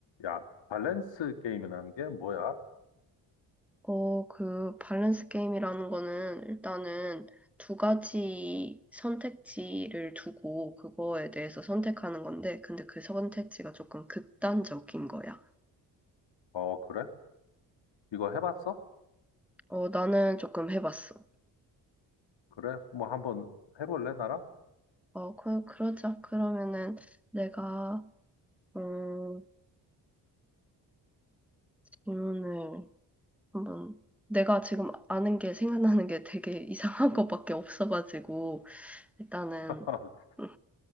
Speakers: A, on the left; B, in the centre.
A: 야, 밸런스 게임이라는 게 뭐야?
B: 어, 그 밸런스 게임이라는 거는 일단은 두 가지 선택지를 두고 그거에 대해서 선택하는 건데, 근데 그 선택지가 조금 극단적인 거야.
A: 어, 그래? 이거 해봤어?
B: 어, 나는 조금 해봤어.
A: 그래? 뭐 한번 해볼래, 나랑?
B: 어, 그, 그러자. 그러면은 내가, 어, 질문을 한번, 내가 지금 아는 게 생각나는 게 되게 <laughs> 이상한 것밖에 없어가지고, 일단은,
A: <laughs>
B: 음,